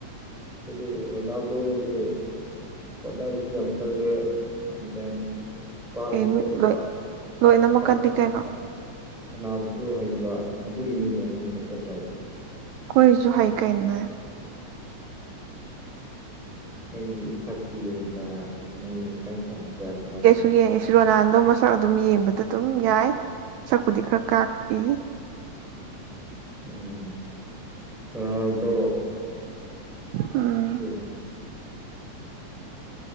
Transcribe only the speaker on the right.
ꯑꯦ
ꯂꯣꯏ ꯂꯣꯏꯅꯃꯛꯀꯗꯤ
ꯀꯩꯅꯣ
ꯑꯩꯈꯣꯏꯁꯨ ꯍꯥꯏꯩ ꯀꯩꯅꯣ꯫
ꯁꯨꯌꯦ ꯑꯩꯁ ꯔꯣꯅꯥꯟꯗꯣ ꯃꯁꯛ ꯑꯗꯨꯝ ꯌꯦꯡꯕꯗ ꯑꯗꯨꯝ ꯌꯥꯏ꯫ ꯁꯛꯄꯨꯗꯤ ꯈꯔ ꯀꯥꯛꯏ
ꯎꯝ